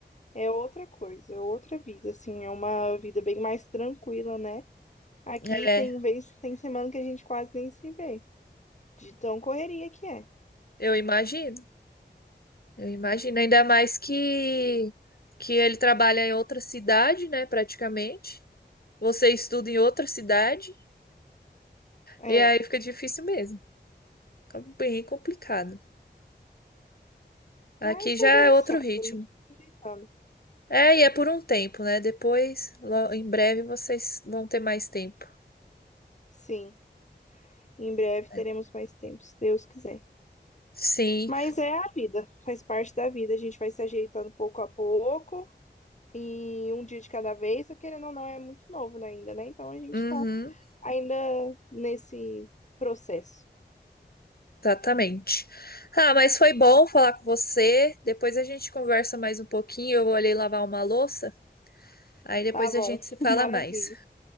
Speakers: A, on the left (about 40°); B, on the left (about 60°).
A: é outra coisa, é outra vida, assim, é uma vida bem mais tranquila, né? Aqui
B: É,
A: tem vez, tem semana que a gente quase nem se vê, de tão correria que é.
B: eu imagino. Eu imagino, ainda mais que que ele trabalha em outra cidade, né, praticamente. Você estuda em outra cidade
A: É,
B: e aí fica difícil mesmo. Fica bem complicado. Aqui
A: mas
B: já
A: vai
B: é
A: dando
B: outro
A: certo,
B: ritmo.
A: a gente vai se ajeitando.
B: É, e é por um tempo, né? Depois, lo- em breve, vocês vão ter mais tempo.
A: Sim, em breve teremos
B: né?
A: mais tempo, se Deus quiser.
B: Sim,
A: Mas é a vida, faz parte da vida, a gente vai se ajeitando pouco a pouco. E um dia de cada vez, querendo ou não, é muito novo, né, ainda, né? Então a gente
B: uhum,
A: tá ainda nesse processo.
B: exatamente. Ah, mas foi bom falar com você. Depois a gente conversa mais um pouquinho. Eu vou ali lavar uma louça. Aí depois
A: Tá bom,
B: a gente se fala
A: <laughs> maravilha.
B: mais.